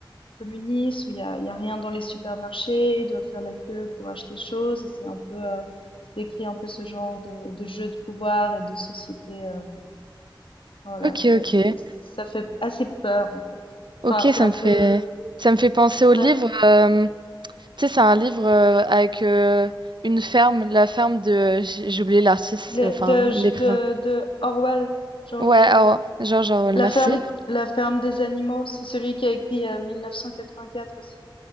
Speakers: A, on the left; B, on the right.
A: communiste où il y a, il y a rien dans les supermarchés, ils doivent faire la queue pour acheter des choses. et C'est un peu, euh, ça décrit un peu ce genre de, de jeu de pouvoir et de société. euh, voilà,
B: Ok,
A: ça,
B: ok.
A: c'est, ça fait assez peur en fait.
B: Ok,
A: Enfin, c'est
B: ça
A: un
B: me
A: peu,
B: fait, ça me fait penser au
A: ouais,
B: livre. euh, tu sais, c'est un livre euh, avec euh, une ferme, la ferme de... J'ai j'ai oublié l'artiste,
A: le-
B: euh, enfin,
A: de,
B: l'écrivain.
A: de, de Orwell, George
B: Ouais,
A: Orwell.
B: alors, George Orwell,
A: La
B: merci.
A: ferme, la ferme des animaux, c'est celui qui a écrit euh, 1984 aussi.